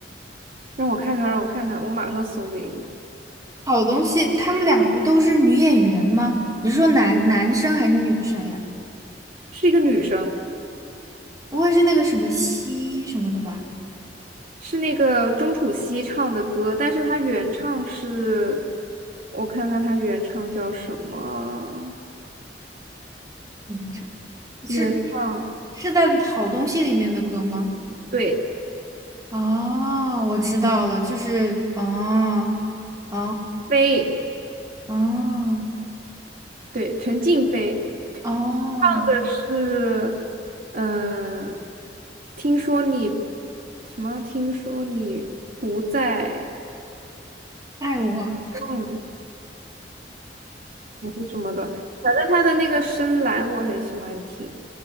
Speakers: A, on the right; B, on the right.
A: 让我看看，让我看看，我马上搜给你，
B: 好东西，他们俩不都是女演员吗？你是说男男生还是女生呀？
A: 是一个女生。
B: 不会是那个什么西什么的吧？
A: 是那个钟楚曦唱的歌，但是她原唱是，我看看她原唱叫什么？
B: 嗯，是
A: 原唱，
B: 是在好东西里面的歌吗？
A: 对，
B: 哦，我知道了，就是哦哦
A: 飞，
B: 哦
A: 对，陈静飞
B: 哦，
A: 唱的是，嗯、听说你什么？听说你不在，
B: 爱我
A: 嗯，还是什么的，反正她的那个深蓝我很喜欢听，